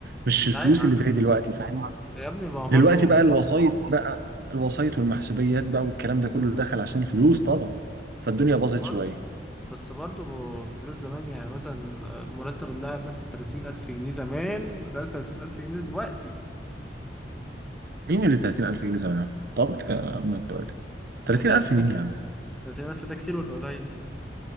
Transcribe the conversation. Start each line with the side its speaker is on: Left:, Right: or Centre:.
Right: مش
Centre: لا
Right: الفلوس
Centre: يا عم
Right: اللي زي دلوقتي فاهم
Centre: يا ابني ما هو
Right: دلوقتي
Centre: برضه
Right: بقى الوسايط بقى الوسايط والمحسوبيات بقى والكلام ده كله دخل عشان الفلوس طبعا فالدنيا
Centre: بس
Right: باظت
Centre: برضه
Right: شوية
Centre: بس برضه فلوس زمان يعني مثلا مرتب اللاعب مثلا 30000 جنيه زمان غير 30000 جنيه دلوقتي
Right: مين اللي 30000 جنيه زمان طب آه، ما انت قلت 30000
Centre: يعني 30000
Right: مين يا عم
Centre: 30000 ده كتير ولا قليل؟